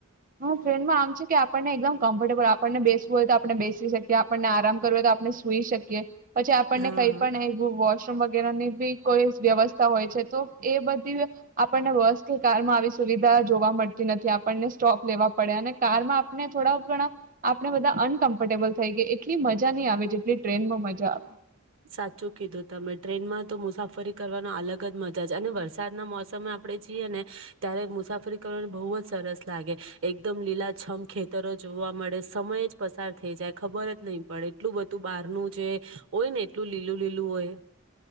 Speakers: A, on the right; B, on the right.
A: <inaudible> આમ છે કે આપણને એકદમ કમ્ફર્ટેબલ આપણને બેસવું હોય તો આપણે બેસી શકી ત્યાં આપણને આરામ. તો આપણે સુઈ શકીએ પછી આપણને
B: હા
A: કઈ પણ વ વગે ની બી કોઈ વ્યવસ્થા હોય છે તો એ બધી આપણને બસ કે કારમાં આવી સુવિધા જોવા મળતી નથી આપણને સ્ટોપ લેવા પડે અને કારમાં આપને થોડા ઘણા આપડણે બધા અનક ફર્ટેબલ થઈ ગઈ એટ માહી આવે જેટલી ટ્રેનમાં મજા આવે
B: સાચું કીધું તમે ટ્રેનમાં તો મુસાફરી કરવાનો અલગ જ મજા છે અને વરસાદના મોસમમાં આપડણે જઈએ ને ત્યારે મુસાફરી કરવાને બહુ જ સરસ લાગે એકદમ લીલાછમ ખેતરો જોવા મળે સમય જ પસાર થઈ જાય ખબર જ નહીં પડે એટલું બધું બહારનું છે. હોય ને એટલું લીલું લીલું હોય.